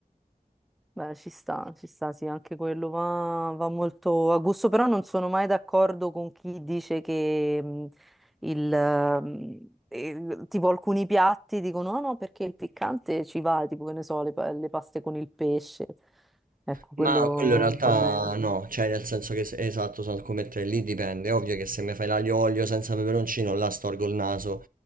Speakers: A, in the centre; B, on the right.
A: beh, ci sta, ci sta, sì, anche quello va, va molto a gusto, però non sono mai d'accordo con chi dice che mm, il, mm, eh, tipo alcuni piatti dicono no, no, perché il piccante ci va, tipo che ne so, le, pa- le paste con il pesce, ecco,
B: Ma
A: quello
B: quello in realtà
A: un po' meno.
B: no, cioè nel senso che se- esatto, sono come te, lì dipende. È ovvio che se mi fai l'aglio olio senza peperoncino, là storgo il naso.